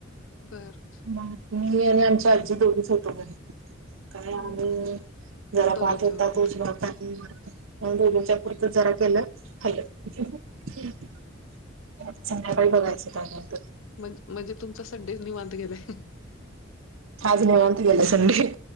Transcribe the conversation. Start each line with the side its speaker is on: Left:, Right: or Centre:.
Left: बरं.
Right: मी आणि आमची आजी दोघच होतो घरी कारण
Left: मग
Right: आम्ही जरा
Left: दोघींच्या
Right: भात होता
Left: आवडतात.
Right: तोज भात टाकून <unintelligible> पुरतं जरा केलं, खाल्लं संध्याकाळी बघायचं काय क
Left: म्ह म्हणजे तुमचा संडे निवांत गेलाय
Right: आज निवांत गेला संडे